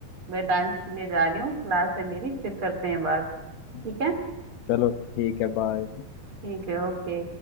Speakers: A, on the right; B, on the left.
A: मैं डांस के लिए जा रही हूँ क्लास है मेरी फिर करते हैं बात
B: हूँ
A: ठीक है
B: चलो ठीक है बाय
A: ठीक है ओके